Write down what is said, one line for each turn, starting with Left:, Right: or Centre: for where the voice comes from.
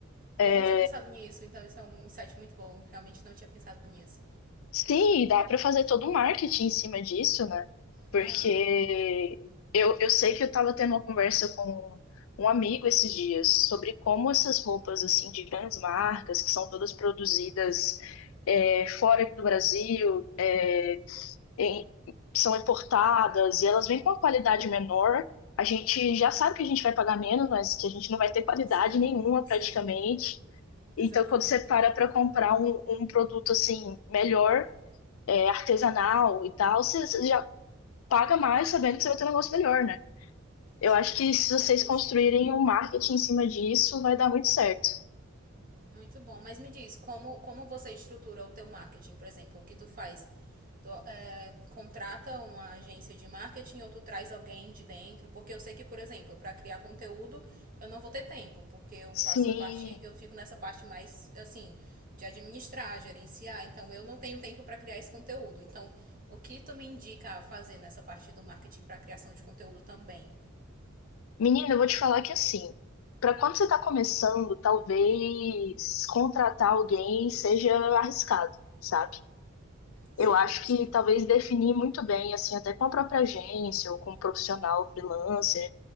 Left: É,
Right: E eu não tinha pensado nisso, então isso é um insight muito bom. Realmente não tinha pensado nisso.
Left: Sim, e dá para fazer todo um marketing em cima disso, né? Porque
Right: Aham.
Left: eu, eu sei que eu estava tendo uma conversa com um amigo esses dias sobre como essas roupas assim de grandes marcas, que são todas produzidas é, fora aqui do Brasil, é, em- são importadas e elas vêm com uma qualidade menor. A gente já sabe que a gente vai pagar menos, mas que a gente não vai ter qualidade
Right: Sim,
Left: nenhuma praticamente.
Right: sim,
Left: Então,
Right: exatamente.
Left: quando você para para comprar um, um produto assim melhor é, artesanal e tal, você, você já paga mais sabendo que você vai ter um negócio melhor, né? Eu
Right: Sim,
Left: acho que se
Right: realmente
Left: vocês construírem um marketing em cima disso, vai dar muito certo.
Right: muito bom. Mas me diz, como, como você estrutura o teu marketing, por exemplo, o que tu faz? Tu, é, contrata uma agência de marketing ou tu traz alguém de dentro? Porque eu sei que, por exemplo, para criar conteúdo, eu não vou ter tempo, porque eu faço
Left: Sim.
Right: a parte, eu fico nessa parte mais assim, de administrar, gerenciar, então eu não tenho tempo para criar esse conteúdo. Então, o que tu me indica a fazer nessa parte do marketing para criação de conteúdo também?
Left: Menina, eu vou te falar que assim, para quando você está começando, talvez contratar alguém seja arriscado, sabe?
Right: Sim,
Left: Eu acho que
Right: sim.
Left: talvez definir muito bem, assim, até com a própria agência ou com um profissional freelancer,